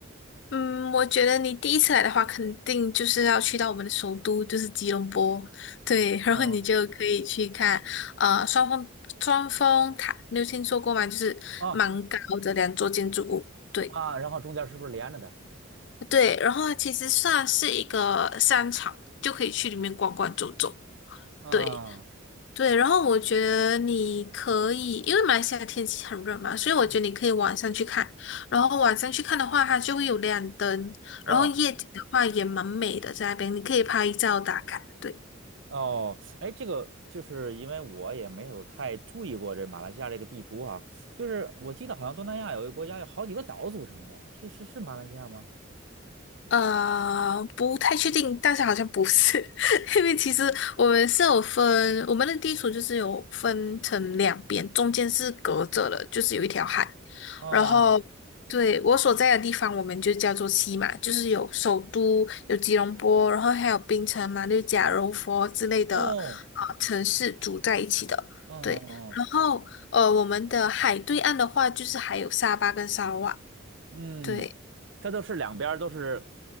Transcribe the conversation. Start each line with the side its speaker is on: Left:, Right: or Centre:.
Left: 嗯我觉得你第一次来的话，肯定就是要去到我们的首都，就是吉隆坡。对，然后你就可以去看，
Right: 嗯
Left: 呃，双峰双峰塔，你有听说过吗？就是蛮高的两座建筑物。
Right: 啊
Left: 对
Right: 啊，然后中间是不是连着的？
Left: 对，然后它其实算是一个商场，就可以去里面逛逛走走。
Right: 啊，
Left: 对，对，然后我觉得你可以，因为马来西亚天气很热嘛，所以我觉得你可以晚上去看。
Right: 嗯，
Left: 然后晚上去看的话，它就会有亮灯，然后夜景的话也蛮美的，
Right: 哦。
Left: 在那边你可以拍照打卡。对。
Right: 哦，哎，这个就是因为我也没有太注意过这马来西亚这个地图哈，就是我记得好像东南亚有一个国家有好几个岛组成的，是是是马来西亚吗？
Left: 呃，不太确定，但是好像不是，<laughs> 因为其实我们是有分，我们的地处就是有分成两边，中间是隔着的，就是有一条海。
Right: 啊，
Left: 然后，对，我所在的地方，我们就叫做西马，就是有首都，有吉隆坡，然后还有槟城、马六甲、柔佛之类的啊呃城市组在一起的。
Right: 哦，嗯嗯
Left: 对，然后呃，我们的海对岸的话，就是还有沙巴跟沙拉瓦。
Right: 嗯，
Left: 对。
Right: 嗯，它都是两边儿都是